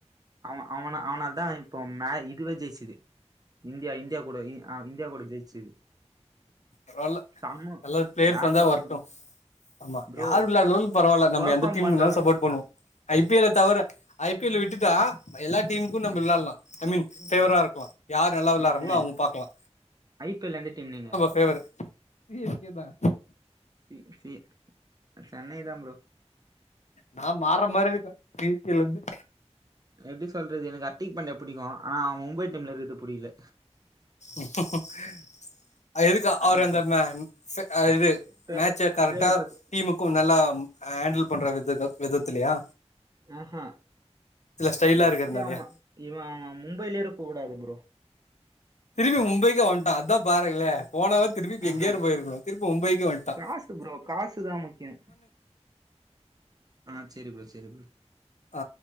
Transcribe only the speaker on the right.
அவ அவன அவனால தா இப்போ மே இதுவே ஜெயிச்சுது இந்தியா இந்தியா கூட இ இ இந்தியா கூட ஜெயிச்சுது
செம
வேற
லெவலு
ப்ரோ
ப்ரோ
பெர்ஃபார்ம்
பண்றவன்
ஆ
ம்
ம்
ஐ பி எல் எந்த டீம் நீங்க
ம் ம் சென்னை தான் ப்ரோ
எப்டி சொல்றது எனக்கு அட்டிங் பண்ண புடிக்கோ ஆனா மும்பை டீம்ல இருக்குறது புடிக்கல
ஆ
இப்போ
ட்ரேடு
ட்ரேடு பத்தி
ஆ ஆ
எனக்கு
தெரிஞ்சே அவ இவ மும்பையில இருக்க கூடாது ப்ரோ
ஆஹா
காசு ப்ரோ காசுத முக்கியோ ஆ செரி ப்ரோ செரி ப்ரோ